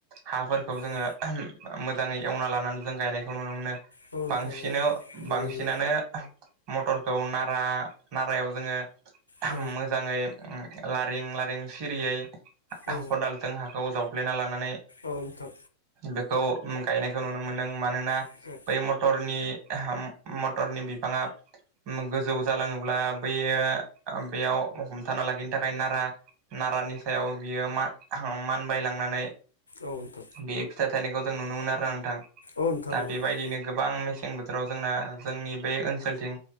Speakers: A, on the right; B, on the left.
A: हाफोरखौ जोङो
B: औ
A: मोजाङै एवना लानानै जों गायनायखौ नुनो मोनो
B: नोंथां
A: बांसिनाव
B: औ
A: बांसिनानो
B: नुनो मोनो
A: मटरखौ नारा नारायाव जोङो
B: औ
A: मोजाङै ला लारिं सिरियै
B: औ
A: खदालजों हाखौ जावफ्लेना लानानै
B: औ नोंथां
A: बेखौ गायनायखौ नुनो मोनदों मानोना
B: औ औ
A: बै मथरनि मटरनि बिफाङा गोजौ जालाङोब्ला बैयो बेयाव हमथाना लाखिनो थाखाय नारा नारानि सायाव बियो मानबायलांनानै
B: औ नोंथां
A: बेयो फिथाइ थायनायखौ जों नुनो मोनो आरो नोंथां
B: औ नोंथां
A: दा
B: औ
A: बेबायदिनो गोबां मेसें बो राव जोंना जोंनि बे ओनसोलथिं